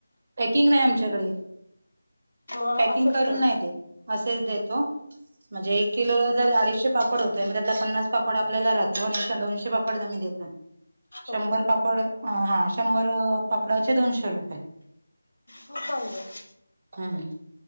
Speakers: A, on the right; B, on the left.
A: पॅकिंग नाही आमच्याकडे
B: मग
A: पॅकिंग
B: असंच
A: करून
B: करा
A: नाही देत. असेच देतो म्हणजे एक किलो जर अडीचशे पापड होतोय मग त्यातला पन्नास पापड आपल्याला राह दोनशे, दोनशे पापड आम्ही देतो शंभर
B: ओके ओके
A: पाप पड हा शंभर पापडाचे दोनशे रुपये.
B: हो चांगले आहेत.
A: हम्